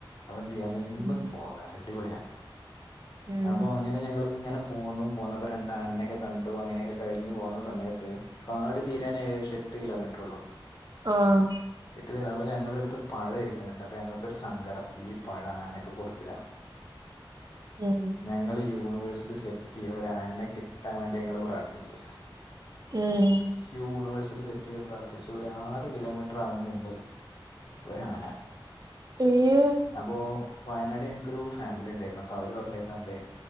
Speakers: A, on the left; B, on the right.
A: അപ്പോഎന്തേയ്യാ നിന്ന്
B: ഉം
A: പോകാം അടിപൊളിയാ.
B: ഉം
A: അപ്പോ അങ്ങനെ. പിന്നെ ഞങ്ങൾ ഇങ്ങനെ പോന്നു, പോന്നപ്പോ രണ്ടാ അനനെയൊക്കെ കണ്ടു അങ്ങനെയൊക്കെ കഴിഞ്ഞു പോകുന്ന സമയത്ത്- കാട് തീരാനേഏകദേശം എട്ട് കിലോമീറ്റർ ഉള്ളു.
B: ആഹാ!
A: കട്ടി തരാ അപ്പോ ഞങ്ങള അടുത്ത് പഴം ഇരിക്കുന്നുണ്ട് അപ്പോ ഞങ്ങൾക്കൊരു സങ്കടം ഈ പഴ ആനക്ക്കൊടുത്തില്ല. <inaudible>
B: ഉം... !
A: ഞങ്ങള് യൂണിവേഴ്സിൽ സെറ്റ് ചെയ്ത ഒരാനനെ കിട്ടാൻ വേണ്ടി ഞങ്ങള് പ്രാർത്ഥിച്ചു.
B: ഉം.. !
A: യൂണിവേഴ്സൽ സെറ്റ് ചെയ്ത് പ്രാർത്ഥിച്ചു. ഒരാറ് കിലോമീറ്റർ ആകുമുമ്പ് ഒരാന.
B: <unintelligible> <inaudible>
A: അപ്പോ വയനാട് ഞക്കൊരു ഫാമിലി ഉണ്ടായിരുന്നു, അപ്പോ അവര് പറഞ്ഞിരുന്നെന്ത് -